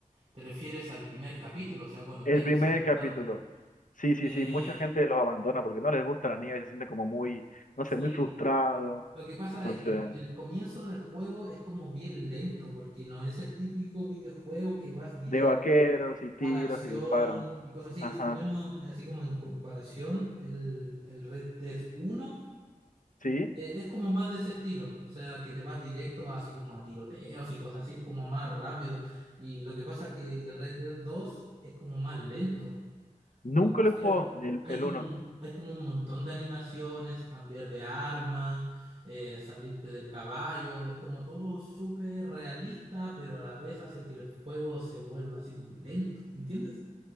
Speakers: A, on the right (about 50°); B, on the left (about 65°).
A: Te refieres al primer capítulo, o sea, cuando estáis
B: El primer
A: recién empezando.
B: capítulo. Sí, sí,
A: Eh,
B: sí, mucha gente los abandona porque no les gusta la nieve, se sienten como muy, no
A: sí,
B: sé, muy frustrados.
A: lo que pasa
B: Entonces,
A: es que el comienzo del juego es como bien lento, porque no es el típico videojuego que vas directo
B: de vaqueros y tiros
A: a la acción
B: y disparos.
A: y cosas así.
B: Ajá.
A: Si ponemos eh, así como en comparación el, el Red Dead uno
B: ¿Sí?
A: eh, es como más de ese estilo, o sea, que te vas directo así como a tiroteos y cosas así, es como más rápido. Y lo que pasa es que el Red Dead dos es como más lento.
B: Nunca
A: Lo que prefiero,
B: lo jugó el,
A: hay
B: el
A: como,
B: uno.
A: un- hay como un montón de animaciones, cambiar de arma, eh, salirte del caballo, es como todo súper realista, pero a la vez hace que el juego se vuelva así como lento, ¿entiendes?